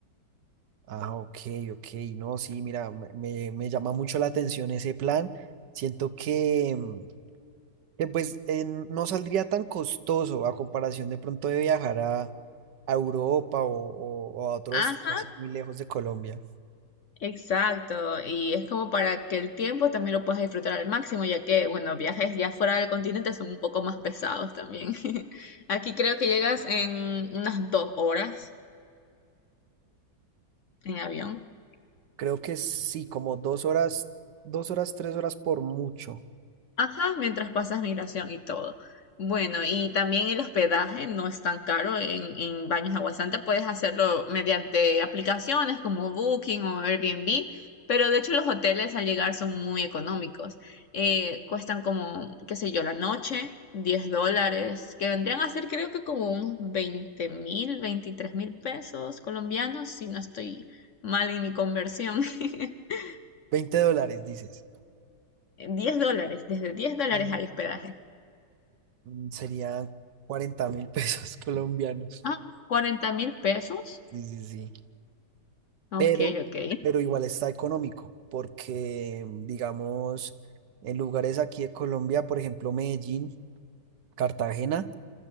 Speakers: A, on the right; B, on the left.
A: Ah, ok, ok. No, sí, mira, me, me- me llama mucho la atención ese plan. Siento que, mm, que, pues eh, no saldría tan costoso a comparación de pronto de viajar a, a Europa o, o- o a otro
B: Ajá,
A: destino así muy lejos de Colombia.
B: exacto. Y es como para que el tiempo también lo puedas disfrutar al máximo, ya que, bueno, viajes ya fuera del continente son un poco más pesados también. <laughs> Aquí creo que llegas en unas dos horas en avión.
A: Creo que sí, como dos horas, dos horas, tres horas por mucho.
B: Ajá, mientras pasas migración y todo. Bueno, y también el hospedaje no es tan caro en, en Baños de Agua Santa. Puedes hacerlo mediante aplicaciones como Booking o Airbnb, pero de hecho los hoteles al llegar son muy económicos. Eh, cuestan como, qué sé yo, la noche, 10 dólares, que vendrían a ser creo que como unos veinte mil, veintitrés mil pesos colombianos, si no estoy mal en mi conversión. <laughs>
A: veinte dólares, dices.
B: 10 dólares, desde 10 dólares
A: Ah,
B: hay hospedaje.
A: mm, serían 40 mil <laughs> pesos colombianos.
B: Ah, cuarenta mil pesos.
A: Sí, sí, sí.
B: Ok,
A: pero,
B: ok.
A: pero igual está económico, porque digamos, en lugares aquí de Colombia, por ejemplo, Medellín, Cartagena,